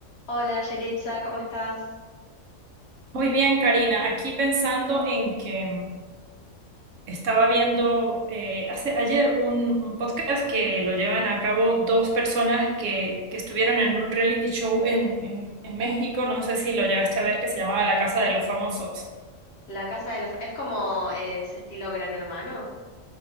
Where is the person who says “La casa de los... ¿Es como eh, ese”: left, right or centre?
Left